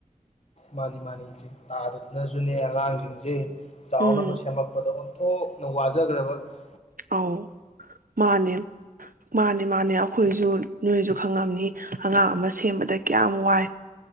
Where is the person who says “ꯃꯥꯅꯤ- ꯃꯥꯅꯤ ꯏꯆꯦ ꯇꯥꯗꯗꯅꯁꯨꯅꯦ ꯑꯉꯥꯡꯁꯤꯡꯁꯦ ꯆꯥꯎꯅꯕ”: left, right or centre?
Left